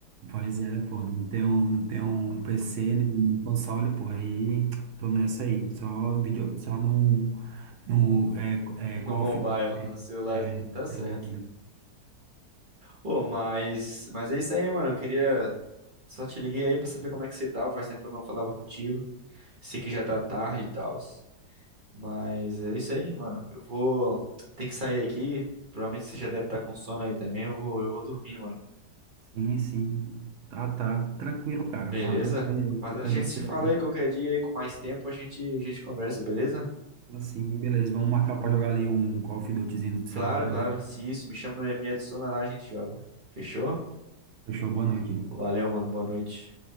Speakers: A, on the right; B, on the right.
A: Pois é, pô, não tem um, não tem um PC nem um console, pô, aí tô nessa aí, só vídeo, só num, num é, é, Call
B: No mobile,
A: of Duty,
B: <laughs> no celularzinho,
A: é,
B: tá certo.
A: celular.
B: Ô, mas, mas é isso aí, mano. Eu queria. Só te liguei aí pra saber como é que você tava. Faz tempo que eu não falava contigo. Sei que já tá tarde e tal. Mas é isso aí, mano. Eu vou. Tem que sair aqui. Provavelmente você já deve estar com sono aí também. Eu vou, eu vou dormir, mano.
A: Sim, sim, tá, tá, tranquilo, cara,
B: Beleza?
A: valeu, valeu,
B: Mas a
A: foi
B: gente
A: bom
B: se
A: conversar
B: fala aí qualquer dia aí com mais tempo. A gente, a gente conversa, beleza?
A: assim, beleza, vamos marcar pra jogar ali um Call of Dutyzinho no
B: Claro,
A: celular, beleza?
B: claro. Se isso, me chama, me adiciona lá, a gente joga. Fechou?
A: Fechou, boa noite.
B: Valeu, mano. Boa noite.